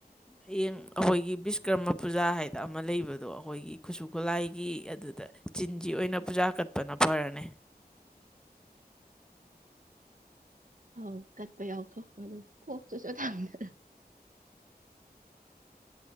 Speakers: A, in the centre; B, on the right.
A: ꯍꯌꯦꯡ ꯑꯩꯈꯣꯏꯒꯤ ꯕꯤꯁꯀꯔꯃ ꯄꯨꯖꯥ ꯍꯥꯏꯗꯅ ꯑꯃ ꯂꯩꯕꯗꯣ ꯑꯩꯈꯣꯏꯒꯤ ꯈꯨꯠꯁꯨ ꯈꯨꯠꯂꯥꯏꯒꯤ ꯑꯗꯨꯗ ꯆꯤꯟꯖꯤ ꯑꯣꯏꯅ ꯄꯨꯖꯥ ꯀꯠꯄꯅ ꯐꯔꯅꯤ
B: ꯑꯥꯎ ꯀꯠꯄ ꯌꯥꯎꯊꯣꯛꯈ꯭ꯔꯣ ꯑꯗꯨ ꯀꯣꯛꯇꯨꯁꯨ ꯊꯗ